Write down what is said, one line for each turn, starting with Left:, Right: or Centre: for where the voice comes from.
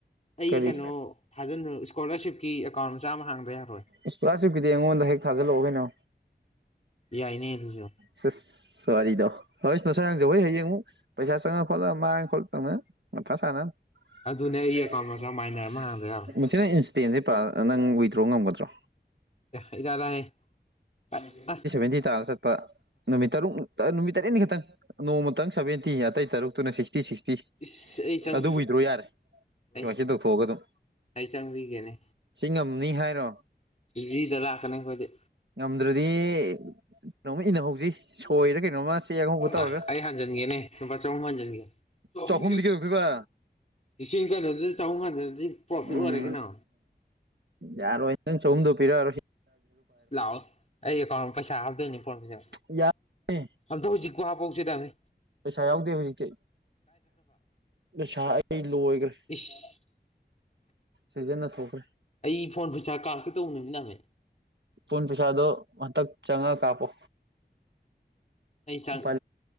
Left: ꯑꯩ
Right: ꯀꯔꯤ
Left: ꯀꯩꯅꯣ ꯊꯥꯖꯟꯗ ꯏꯁꯀꯣꯂꯥꯔꯁꯤꯞꯀꯤ ꯑꯦꯀꯥꯎꯟ ꯃꯆꯥ ꯑꯃ ꯍꯥꯡꯗ ꯌꯥꯔꯣꯏ
Right: ꯏꯁꯀꯣꯂꯔꯁꯤꯞꯀꯤꯗꯤ ꯑꯩꯉꯣꯟꯗ ꯍꯦꯛ ꯊꯥꯖꯤꯜ ꯍꯧꯔꫭ ꯀꯩꯅꯣ
Left: ꯌꯥꯏꯅꯦ ꯑꯗꯨꯁꯨ
Right: ꯁꯤꯁ ꯋꯥꯔꯤꯗꯣ ꯍꯣꯏꯁ ꯅꯁꯥꯅ ꯍꯦꯡꯖꯧ ꯍꯩ ꯍꯌꯦꯡ ꯑꯃꯨꯛ ꯄꯩꯁꯥ ꯆꯪꯉ ꯈꯣꯂ ꯃꯥꯥꯏ ꯈꯣꯂ ꯇꯧꯅ ꯃ ꯊ ꯁꯥꯟꯅ <unintelligible>
Left: ꯑꯗꯨꯅꯦ ꯑꯩ ꯑꯦꯀꯥꯎꯟ ꯃꯆꯥ ꯃꯥꯏꯅꯔ ꯑꯃ ꯍꯥꯡꯗ ꯌꯥꯔꯣꯏ
Right: ꯏꯁꯇꯦꯟꯁꯦꯔꯥ ꯅꯪ ꯋꯤꯗ꯭ꯔꯣ ꯉꯝꯒꯗ꯭ꯔꯣ
Left: <unintelligible>
Right: ꯇ ꯆꯠ ꯅꯨꯠꯔꯨ ꯅꯨꯃꯤꯠ ꯇꯔꯦꯠ ꯅꯣꯡꯃꯇꯪ ꯁꯚꯦꯟꯇꯤ ꯑꯇꯩ ꯇꯔꯨꯛꯇꯨꯅꯛꯇꯤ ꯐꯤ
Left: ꯏꯁ ꯑꯩ ꯆꯪ
Right: ꯑꯗꯨ ꯎꯨꯏꯗ꯭ꯔꯣ ꯌꯥꯔꯦ
Left: ꯑꯩ
Right: ꯁꯃꯥꯏꯁꯤ ꯇꯧꯊꯣꯛꯑꯒ ꯑꯗꯨꯝ
Left: ꯑꯩ ꯆꯪꯕꯤꯒꯦꯅꯦ
Right: ꯁꯤ ꯉꯝꯅꯤ ꯍꯥꯏꯔꯣ
Left: ꯖꯤꯗ ꯂꯥꯛꯀꯅꯤ ꯑꯩꯈꯣꯏꯗꯤ
Right: ꯉꯝꯗ꯭ꯔꯗꯤ ꯀꯩꯅꯣꯝꯃ ꯏꯟꯅꯍꯧꯁꯤ ꯁꯣꯏꯔ ꯀꯩꯅꯣꯝꯃ ꯆꯦꯛ ꯑꯉꯧꯕ ꯇꯧꯔꯒ
Left: ꯑ ꯑꯩ ꯍꯥꯟꯖꯟꯒꯦꯅꯦ ꯂꯨꯄꯥ ꯆꯍꯨꯝ ꯍꯟꯖꯟꯒꯦ
Right: ꯆꯍꯨꯝꯗꯤ
Left: ꯨꯝ
Right: ꯀꯩꯗꯧꯗꯣꯏꯕ
Left: ꯂꯤꯁꯤꯡ ꯀꯩꯅꯣꯗꯨꯗꯤ ꯆꯍꯨꯝ ꯀꯥꯟꯗꯗꯤ ꯄ꯭ꯔꯣꯐꯤꯠ
Right: ꯎꯝ
Left: ꯑꯣꯏꯔꯦ ꯀꯩꯅꯣ
Right: ꯌꯥꯔꯣꯏ ꯍ ꯅꯪ ꯆꯍꯨꯝꯗꯣ ꯄꯤꯔꯛꯔꯣ
Left: ꯂꯥꯛꯑꯣ ꯑꯩ ꯀꯣꯟ ꯄꯩꯁꯥ ꯍꯥꯞꯇꯣꯏꯅꯦ ꯄꯣꯔꯃꯤꯁꯦ
Right: ꯌꯥꯔꯦ
Left: ꯑꯝꯇ ꯍꯧꯖꯤꯛꯀꯨ ꯍꯥꯄꯥꯎꯁꯤꯗꯕꯅꯤ
Right: ꯄꯩꯁꯥ ꯌꯥꯎꯗꯦ ꯍꯧꯖꯤꯛꯇꯤ ꯄꯩꯁꯥ ꯑꯩ ꯂꯣꯏꯈ꯭ꯔꯦ
Left: ꯏꯁ <inaudible>
Right: ꯁꯤꯖꯤꯟꯅ ꯊꯣꯛꯈ꯭ꯔꯦ
Left: ꯑꯩ ꯐꯣꯟ ꯄꯩꯁꯥ ꯀꯥꯔꯛꯀꯦ ꯇꯧꯕ ꯅꯨꯃꯤ ꯅꯃꯦ
Right: ꯄꯨꯟ ꯄꯁꯥꯗꯣ ꯍꯟꯇꯥꯛ ꯆꯪꯉꯒꯥ ꯀꯥꯄꯣ
Left: ꯑꯩ ꯆꯪ
Right: ꯄ